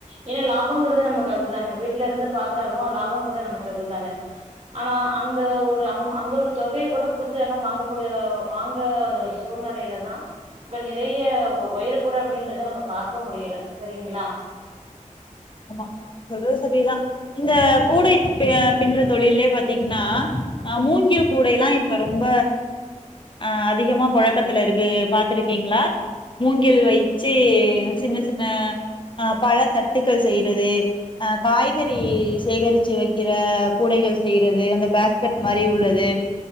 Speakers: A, on the right; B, on the left.
A: ஏன்னா லாபம்ங்கிறது நமக்கு அதுதான வீட்ல இருந்து பாத்தாலு லாபங்கிறது நமக்கு அதுதான ஆனா அந்த ஒரு அம் அந்த ஒரு தொகையை கூட குடுத்து யாருனா வாங்கக்கூடிய வாங்க சூழ்நிலையிலதா பெரிய ஒயர் கூட அப்டின்றத நம்ம பாக்க முடியல சரிங்களா
B: ஆமா நீங்க சொல்றது சரிதா இந்த கூடை பின்ற தொழிலயே பாத்தீங்கன்னா ஆ மூங்கில் கூடைல்லா இப்ப ரொம்ப
A: <inaudible>
B: ஆ அதிகமா புழக்கத்துல இருக்கு பாத்துருக்கீங்களா மூங்கில் வைச்சி சின்ன சின்ன ஆ பழ தட்டுக்கள் செய்றது ஆ காய்கறி சேகரிச்சி வைக் கிற கூடைகள் செய்றது அந்த பேஸ்கட் மாரி உள்ளது